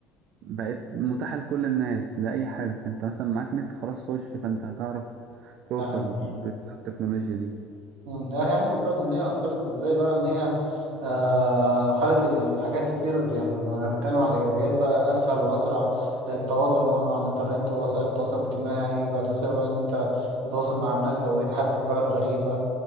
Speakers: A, on the right (about 60°); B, on the right (about 80°).
A: بقت متاحة لكل الناس لأي حد أنت مثلا معاك نت خلاص خش فأنت هتعرف توصل
B: نعم
A: بالتكنولوجيا دي
B: مم. لا هي حتى برضه إن هي أثرت إزاي بقى إن هي آه خلت الحاجات كتير يعني لو هنتكلم عن الإيجابيات بقى أسهل وأسرع التواصل مع مع الإنترنت ووسائل التواصل الاجتماعي بقت وسيلة بقى إن أنت تتواصل مع الناس لو ليك حد في بلد غريبة